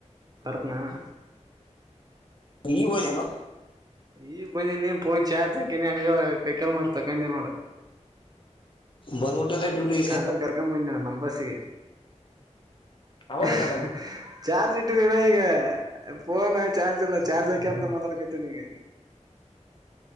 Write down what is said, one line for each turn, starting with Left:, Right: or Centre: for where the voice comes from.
Right: ತರ್ಪ್ನಾನಾ.
Left: ಈಗೋದೆನೋ.
Right: ಈಗ್ ಬಂದಿನೀ ಪೋನ್ ಚಾರ್ಜ್ ಹಾಕಿನಿ ಹಂಗೆ ಕೈ ಕಾಲ್ ಮಾರಿ ತೊಳಕೊಂಡಿ ನೋಡ್.
Left: ಬಂದ್ ಬುಟ್ಟಲೆ ಡ್ಯೂಟಿಗೆ.
Right: ಆತನ ಕರ್ಕೋ ಬನ್ನಿ ನಮ್ ಬಸ್ಸಿಗೆ.
Left: ಅವಳಲ್ಲ
Right: <unintelligible>
Left: ಅದಾನ
Right: ಚಾರ್ಜ್ ಇಟ್ಟಿನ್ ಅಣ್ಣ ಇಗೆ, ಪೋನಾ ಚಾರ್ಜ್ ಇಲ್ಲ ಚಾರ್ಜ್ ಅಕ್ಯಂತ ಮಾತಾಡಾ ಕತ್ತೀನಿ ಇಗೆ.